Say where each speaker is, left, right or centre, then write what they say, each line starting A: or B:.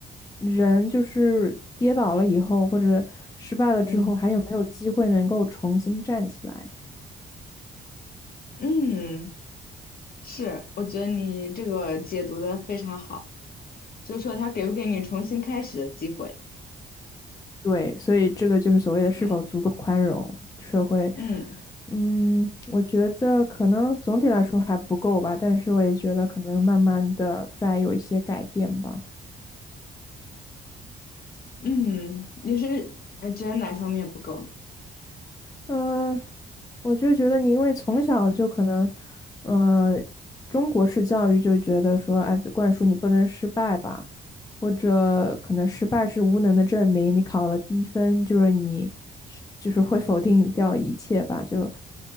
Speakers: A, on the left; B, on the left.
A: 人，就是跌倒了以后，或者失败了之后，
B: 嗯
A: 还有没有机会能够重新站起来。
B: 嗯，是，我觉得你这个解读的非常好，就是说他给不给你重新开始的机会？
A: 对，所以这个就是所谓的是否足够宽容社会。
B: 嗯嗯，
A: 嗯，我觉得可能总体来说还不够吧，但是我也觉得可能慢慢的在有一些改变吧。
B: 嗯，你是呃觉得哪方面不够
A: 嗯、我就觉得你因为从小就可能，呃，中国式教育就觉得说，哎，被灌输你不能失败吧，或者可能失败是无能的证明，你考了低分就是你是就是会否定掉一切吧，就。